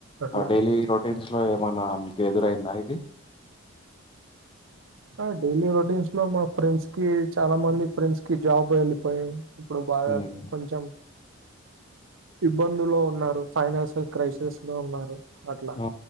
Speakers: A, on the right; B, on the left.
A: అట్లా
B: డైలీ రొటీన్ లో ఏమైనా మీకు ఎదురైందా ఇది
A: ఆ డైలీ రొటీన్స్ లో మా ఫ్రెండ్స్ కి చాలా మంది ఫ్రెండ్స్ కి జాబ్ వెళ్ళిపోయయి. ఇప్పుడు బాగా
B: హ్మ్.
A: కొంచెం ఇబ్బందులో ఉన్నారు ఫైనాన్స్ క్రైసిస్ లో ఉన్నారు అట్లా
B: ఆ!